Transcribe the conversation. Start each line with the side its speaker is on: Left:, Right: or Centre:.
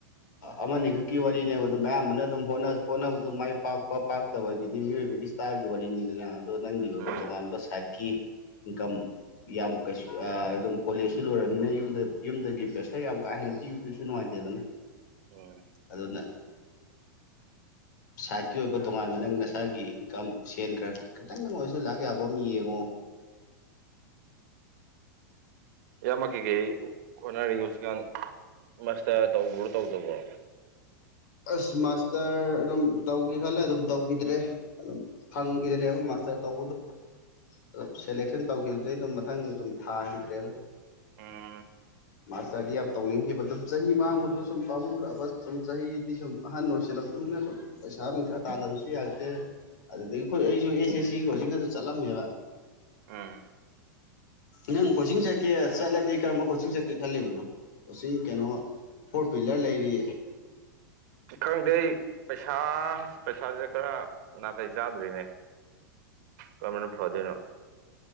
Left: ꯑꯃꯅꯤꯈꯛꯀꯤ ꯋꯥꯔꯤꯔꯤꯅꯦ ꯑꯗꯨꯝ ꯑꯌꯥꯝꯕꯅ ꯑꯗꯨꯝ ꯍꯣ ꯍꯣꯠꯅꯕꯗꯨ ꯃꯥꯏ ꯄꯥꯛꯄ ꯄꯥꯛꯇꯕ ꯑꯗꯨꯗꯤ ꯃꯤꯑꯣꯏꯕꯒꯤ ꯁꯇꯥꯔꯒꯤ ꯋꯥꯔꯤꯅꯤꯗꯅ ꯑꯗꯣ ꯅꯪꯒꯤ ꯑꯣꯏꯕ
Right: ꯎꯝ
Left: ꯇꯣꯉꯥꯟꯕ ꯁꯥꯏꯠꯀꯤ ꯏꯟꯀꯝ ꯌꯥꯝ ꯀꯩꯁꯨ ꯑꯗꯨꯝ ꯀꯣꯂꯦꯖꯁꯨ ꯂꯣꯏꯔꯕꯝꯃꯤꯅ ꯌꯨꯝꯗ ꯌꯨꯝꯗꯒꯤ ꯄ꯭ꯔꯦꯁꯔ ꯌꯥꯝ ꯀꯥ ꯍꯦꯟꯅ ꯄꯤꯕꯗꯨꯁꯨ ꯅꯨꯡꯉꯥꯏꯇꯦꯗꯅ
Right: ꯎꯝ
Left: ꯑꯗꯨꯗꯟꯅ ꯁꯥꯏꯠꯀꯤ ꯑꯣꯏꯕ ꯇꯣꯉꯥꯟꯕ ꯅꯪ ꯅꯁꯥꯒꯤ ꯏꯟꯀꯝ ꯁꯦꯟ ꯈꯔ ꯈꯤꯇꯪꯉꯣꯏꯁꯨ ꯂꯥꯛ ꯌꯥꯕ ꯑꯃ ꯌꯦꯡꯉꯣ
Right: ꯌꯥꯝꯌꯥꯝꯃꯛ ꯀꯩꯀꯩ ꯍꯣꯠꯅꯔꯤꯒꯦ ꯍꯧꯖꯤꯛꯀꯥꯟ ꯃꯥꯁꯇ ꯇꯧꯕ꯭ꯔꯣ ꯇꯧꯗꯕꯣ
Left: ꯑꯁ ꯃꯥꯁꯇꯔ ꯑꯗꯨꯝ ꯇꯧꯒꯦ ꯈꯜꯂ ꯑꯗꯨꯝ ꯇꯧꯈꯤꯗ꯭ꯔꯦ ꯑꯗꯨꯝ ꯐꯪꯈꯤꯗ꯭ꯔꯦꯕ ꯃꯥꯁꯇꯔ ꯇꯧꯕꯗꯣ ꯑꯗꯨꯝ ꯁꯦꯂꯦꯛꯁꯟ ꯇꯧꯈꯤꯕꯗꯩ ꯑꯗꯨꯝ ꯃꯊꯪ ꯑꯗꯨꯝ ꯊꯥꯈꯤꯗ꯭ꯔꯦꯕ
Right: ꯎꯝ
Left: ꯃꯥꯔꯁꯗꯤꯌꯝ ꯇꯧꯅꯤꯡꯈꯤꯕ ꯑꯗꯨꯝ ꯆꯍꯤ ꯃꯥꯡꯕꯗꯨ ꯁꯨꯝ ꯄꯥꯝꯃꯨꯔꯛꯑꯕ ꯁꯨꯝ ꯆꯍꯤꯗꯤ ꯁꯨꯝ ꯑꯍꯟ ꯑꯣꯏꯁꯤꯜꯂꯛꯄꯅꯤꯅ ꯁꯨꯝ ꯄꯩꯁꯥ ꯅꯨꯡꯁꯥ ꯇꯥꯗ ꯑꯗꯨꯁꯤ ꯑ ꯑꯗꯨꯗꯒꯤ ꯍꯣꯏ ꯑꯩꯁꯨ ꯑꯦꯁ ꯑꯦꯁ ꯁꯤ ꯀꯣꯆꯤꯡ ꯑꯗꯨ ꯆꯠꯂꯝꯃꯦꯕ
Right: ꯎꯝ
Left: ꯅꯪ ꯀꯣꯆꯤꯡ ꯆꯠꯀꯦ ꯆꯠꯂꯗꯤ ꯀꯔꯝꯕ ꯀꯣꯆꯤꯡ ꯆꯠꯀꯦ ꯈꯜꯂꯤꯕꯅꯣ ꯀꯣꯆꯤꯡ ꯀꯩꯅꯣ ꯐꯣꯔ ꯐ꯭ꯋꯤꯂꯔ ꯂꯩꯔꯤ
Right: ꯈꯪꯗꯦ ꯑꯩ ꯄꯩꯁꯥ ꯄꯩꯁꯥꯁꯦ ꯈꯔ ꯅꯥꯇꯩ ꯆꯥꯗ꯭ꯔꯤꯅꯦ ꯀꯃꯅ ꯐꯗꯅꯣ